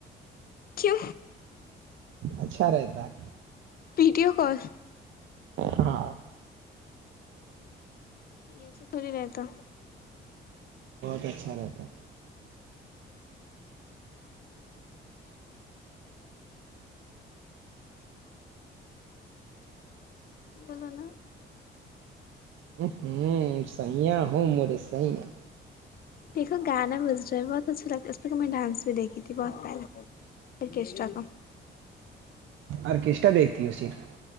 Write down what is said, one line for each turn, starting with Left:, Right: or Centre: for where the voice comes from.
Left: کیوں
Right: اچھا رہتا ہے
Left: ویڈیو کال
Right: ہاں
Left: یہ یہ چا تھی رہتا
Right: بہت اچھا رہتا
Left: بولو نا
Right: ہوں سیاں ہوں مورے سییا
Left: دیکھو گانا بز رہا ہے بہت اچھا لگتا ہے اس پہ میں ڈانس بھی دیکھی تھی بہت کے تھا
Right: آرکیسٹرا دیکھتی ہو صرف